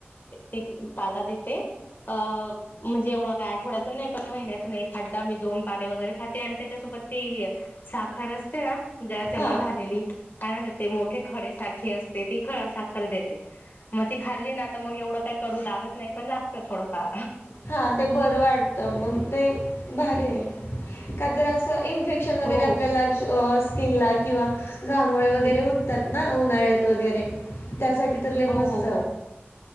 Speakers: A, on the left; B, on the left.
A: ते पाला देते म्हणजे एवढं काय आठवड्यातून नाही पण महिन्यातून एकदा मी दोन पाले वगैरे खाते आणि त्याच्यासोबत ती साखर असते ना जरा जमा
B: हा
A: झालेली काय म्हणतात, ते मोठे. खडीसाखर असते ती खडा साखर देते म ती खाल्ली ना तर मग एवढं काही कडू लागत नाही पण, लागत थोडंफार
B: हा ते बरं वाटत मग ते भारी आहे काय तर असं. इफेक्शन वगैर
A: हो
B: आपल्याला, स्किनला किंवा घामोळे वगैरे उठतात ना उन्हाळ्यात वगैरे, त्यासाठी तर लय
A: हो
B: मस्त,
A: हो हो